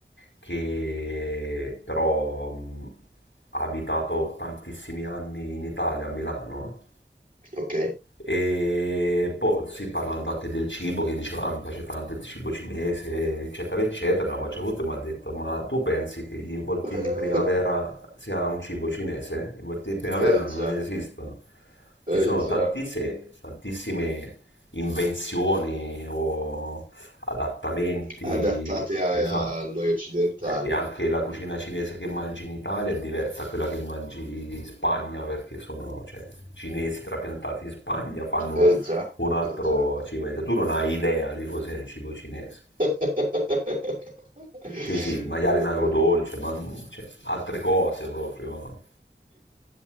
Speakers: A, on the left; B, on the right.
A: che però mh, ha abitato tantissimi anni in Italia, a Milano,
B: ok.
A: e poi sì, parlando anche del cibo, che diceva, ah, mi piace tanto il cibo cinese, eccetera, eccetera, ma c'è tutto e mi ha detto, ma tu pensi che gli involtini
B: <laughs>
A: di primavera sia un cibo cinese? Gli involtini di primavera
B: Eh
A: non
B: già,
A: esistono.
B: eh
A: Ci sono
B: già.
A: tantissime, tantissime invenzioni o adattamenti,
B: adattate a,
A: esatto.
B: a noi occidentali.
A: Eh, E anche la cucina
B: Mm,
A: cinese che mangi in Italia è diversa da quella che mangi in Spagna, perché sono, cioè, i cinesi trapiantati in Spagna fanno
B: Eh già,
A: un altro
B: eh già.
A: cibo. Tu non hai idea di cos'è il cibo cinese.
B: <laughs>
A: Sì, sì, il maiale
B: Eh, infatti.
A: in agrodolce, ma cioè, altre cose proprio.